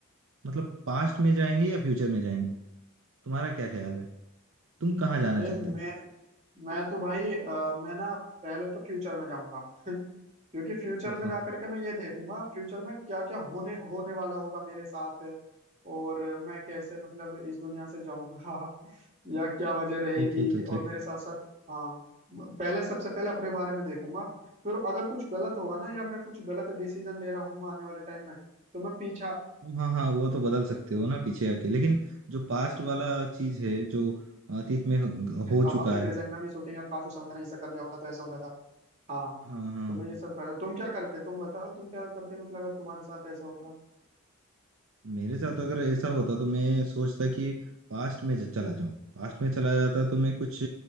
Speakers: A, on the right; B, on the right.
A: मतलब पास्ट में जाएंगे या फ्यूचर में जाएंगे तुम्हारा क्या ख्याल है तुम कहाँ जाना
B: देख
A: चाहते
B: मैं
A: हो
B: मैं तो भाई अ, मैं ना पहले तो फ्यूचर में जाऊंगा <laughs> क्योंकि फ्यूचर
A: हाँ
B: में जा करके मैं ये देखूंगा फ्यूचर में क्या क्या होने होने वाला होगा मेरे साथ और मैं कैसे मतलब इस दुनिया से जाऊंगा <laughs> या क्या वजह रहेगी
A: अच्छा अच्छा अच्छा
B: और
A: अच्छा।
B: मेरे साथ साथ हाँ पहले सबसे पहले अपने बारे में देखूंगा फिर अगर कुछ गलत होगा ना या मैं कुछ गलत डिसीजन ले रहा हूँ आने वाले टाइम में तो मैं पीछे
A: हाँ हाँ वो तो बदल सकते हो ना पीछे आके लेकिन जो पास्ट वाला चीज है जो अतीत में हो हो
B: अब
A: चुका
B: जो
A: है
B: प्रेजेंट में हम ये सोचेंगे यार काश उस समय मैंने ऐसा कर लिया होता तो ऐसा हो जाता हाँ
A: हाँ हाँ
B: तो मैं ये सब कर तुम क्या करते तुम बताओ तुम क्या करते मतलब अगर तुम्हारे साथ ऐसा होता
A: मेरे साथ अगर ऐसा होता तो मैं सोचता कि पास्ट में ज- चला जाऊं पास्ट में चला जाता तो मैं कुछ